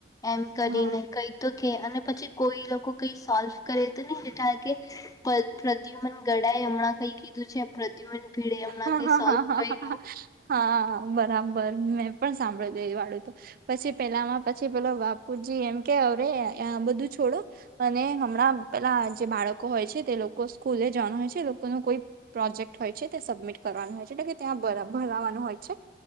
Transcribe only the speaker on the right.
હા
હા
હા
હા હા
હા હા બરાબર મેં પણ સાંભળેલું એ વાળું તો પછી પેલામાં પછી પેલો બાપુજી એમ કે અરે આ બધું છોડો અને હમણાં પેલા જે બાળકો હોય છે તે લોકો સ્કૂલે જવાનું હોય છે એ લોકો નું કોઈ પ્રોજેક્ટ હોય છે તે સબમિટ કરવાનું હોય છે એટલે કે ત્યાં ભરાવાનું હોય છે